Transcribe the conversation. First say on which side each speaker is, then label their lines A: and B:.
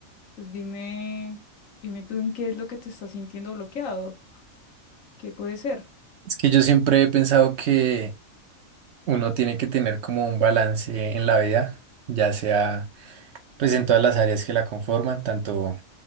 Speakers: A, on the left; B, on the right.
A: Pues dime, dime tú en qué es lo que te estás sintiendo bloqueado. ¿Qué puede ser?
B: Es que yo siempre he pensado que uno tiene que tener como un balance en la vida, ya sea pues en todas las áreas que la conforman, tanto